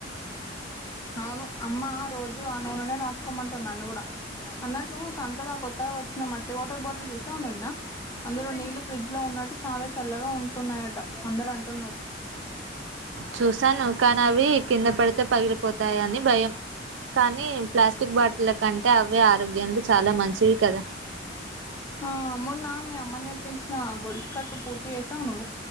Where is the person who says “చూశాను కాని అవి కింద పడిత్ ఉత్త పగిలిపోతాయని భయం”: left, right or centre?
Right